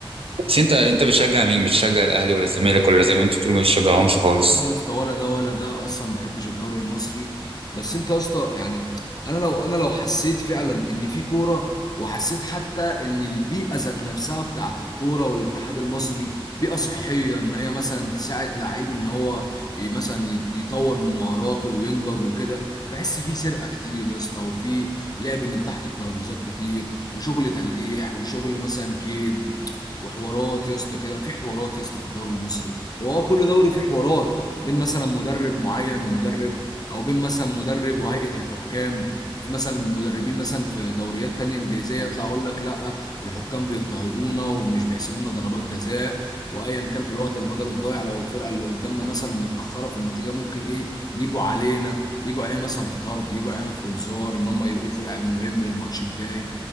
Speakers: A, on the right; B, on the left.
A: بس انت انت بتشجع مين بتشجع الاهلي ولا الزمالك ولا زي ما انت بتقول ما بتشجعهمش خالص
B: لا يا اسطى ولا ده ولا ده اصلا ما بحبش الدوري المصري بس انت يا اسطى يعني انا لو انا لو حسيت فعلا ان في كوره وحسيت حتى ان البيئه ذات نفسها بتاعت الكوره والاتحاد المصري بيئه صحيه ان هي مثلا تساعد لعيب ان هو ي- مثلا يت- يطور من مهاراته وينضج وكده بحس في سرقه كتير يا اسطى وفي لعب من تحت الترابيزات كتير وشغل تلقيح وشغل مثلا كيد وحوارات يا اسطى كده في حوارات يا اسطى في الدوري المصري هو اه كل دوري فيه حوارات بين مثلا مدرب معين ومدرب او بين مثلا مدرب وهيئه الحكام في مثلا مدربين مثلا في دوريات تانية انجليزيه يطلع اقول لك لا الحكام بيضطهدونا ومش بيحسبوا لنا ضربات جزاء وايا كان في الوقت البدل الضايع لو الفرقه اللي قدامنا مثلا متاخره في النتيجه ممكن ايه يجوا علينا يجوا علينا مثلا في طرد يجوا علينا في انذار ان هم يوقفوا لاعب مهم للماتش الجاي